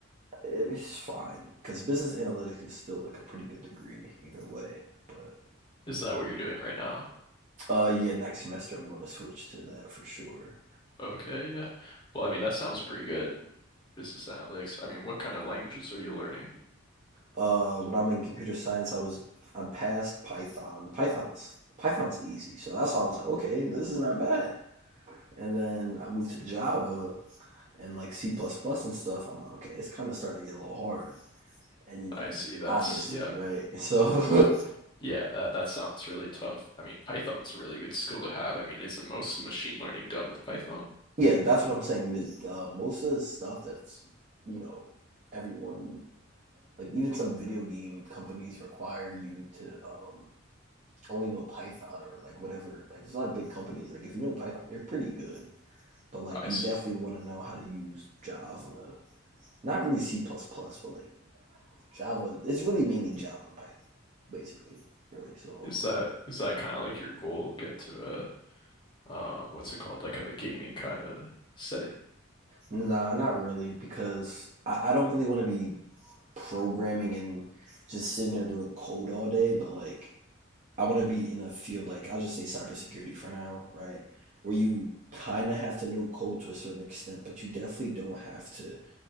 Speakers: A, on the right (about 35°); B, on the left (about 20°).
A: it's fine because business analytics is still like a pretty good degree either way. But
B: Is that what you're doing right now?
A: uh, yeah, next semester I'm going to switch to that for sure.
B: Okay, yeah. Well, I mean, that sounds pretty good. business analytics. I mean, what kind of languages are you learning?
A: Uh, when I'm in computer science, I was I passed Python. Python's Python's easy, so that's why I was like, okay, this is not bad. And then I moved to Java and like C++ plus plus and stuff. I'm like, okay, it's kind of starting to get a little hard. And you know,
B: I see. That's
A: obviously,
B: yeah.
A: right? <laughs> So
B: Yeah, that that sounds really tough. I mean, Python's a really good skill to have. I mean, isn't most of machine learning done with Python?
A: Yeah, that's what I'm saying. Mis- Uh, most of the stuff that's, you know, everyone, like even some video game companies require you to um, only know Python or like whatever. Like there's a lot of big companies. Like if you know Python, you're pretty good. But like
B: I
A: you
B: see.
A: definitely want to know how to use Java. Not really C++, but like Java. It's really mainly Java and Python, basically. Really. So
B: Is that is that kind of like your goal? Get to a um, what's it called? Like a gaming kind of setting.
A: um, nah, not really because I, I don't really want to be programming and just sitting there doing code all day. But like I want to be in a field like I'll just say cybersecurity for now, right? Where you kind of have to know code to a certain extent, but you definitely don't have to.